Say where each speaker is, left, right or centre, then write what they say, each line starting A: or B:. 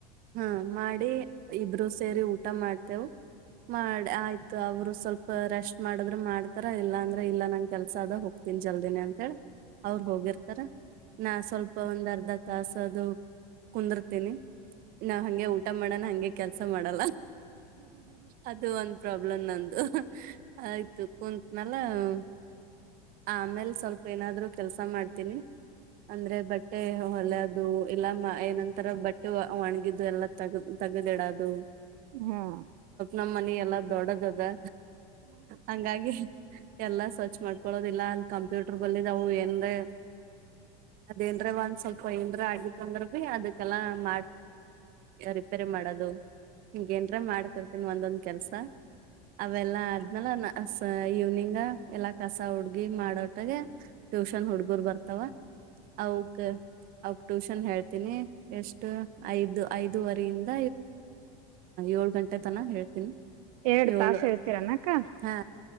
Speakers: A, on the right; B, on the right.
A: ಹ್ಮ್ಮ್ ಮಾಡಿ ಇಬ್ರು ಸೇರಿ ಊಟ ಮಾಡ್ತೆವು ಹ್ಮ್ಮ್ ಮಾಡಿ ಆಯ್ತು ಅವ್ರು ಹ್ಮ್ಮ್ ರೆಸ್ಟ್ ಮಾಡಿದ್ರ ಮಾಡ್ತ್ರ್ರ ಇಲ್ಲ ಅಂದ್ರ ಕೆಲಸ ಅದ ಹೋಗ್ತೀನಿ ಜಲ್ದಿನ ಅಂತ ಹೊಕ್ಕರ ಅವರು ಹೋಗಿರ್ತಾರ <unintelligible> ಅರ್ಧ ತಾಸದು ಕುಂದುರ್ತೀನಿ ನಾ ಹಂಗೆ ಊಟ ಮಾಡೋಣ ಹಂಗೆ ಕೆಲಸ ಮಾಡಲ್ಲ ಅದೊಂದು ಪ್ರಾಬ್ಲಮ್ ನಂದು <unintelligible> ಆಯ್ತು ಕುಂತ್ <unintelligible> ಆಮೇಲೆ ಸ್ವಲ್ಪ ಏನಾದ್ರೂ ಕೆಲಸ ಮಾಡ್ತೀನಿ ಅಂದ್ರೆ ಹೊಲದ್ದು ಇಲ್ಲ ಬಟ್ಟೆ ಒಣಗಿದ್ದು ಎಲ್ಲ ತೆಗೆದಿಡುವುದು
B: <unintelligible>
A: ನಮ್ಮನೆಯಲ್ಲ ದೊಡ್ಡದಿದೆ ಹಂಗಾಗಿ ಎಲ್ಲಾ ಸ್ವಚ್ಛ ಮಾಡ್ಕೊಳ್ಳೋದು ಏನಂದ್ರೆ ಅದೇನ್ ಸ್ವಲ್ಪ ಏನಾರ ಆಗಿತ್ತಂದ್ರೆ ಅದಕ್ಕೆಲ್ಲ ರಿಪೇರಿ ಮಾಡೋದು ಹೀಗೆನರ ಮಾಡ್ತಾ ಇರ್ತೀನಿ ಒಂದೊಂದು ಕೆಲಸ ಅವೆಲ್ಲ ಆದ್ಮೇಲೆ ಇವನಿಂಗ ಎಲ್ಲ ಕಸ ಹುಡುಗಿ ಮಾಡೋ ಟೆರೆಗೆ ಟ್ಯೂಷನ್ ಹುಡುಗ್ರು ಬರುತ್ತಾವ ಓಕೆ ಅವುಕ್ಕೆ ಟ್ಯೂಷನ್ ಹೇಳ್ತೀನಿ ಎಷ್ಟು ಐದು ಐದುವರೆ ಯಿಂದ ಏಳು ಗಂಟೆ ತನ ಹೇಳ್ತೀನಿ
B: ಎರಡು
A: ಏಳು
B: ತಾಸು ಹೇಳುತ್ತೀರಿ ಏನಕ್ಕ
A: ಹಾ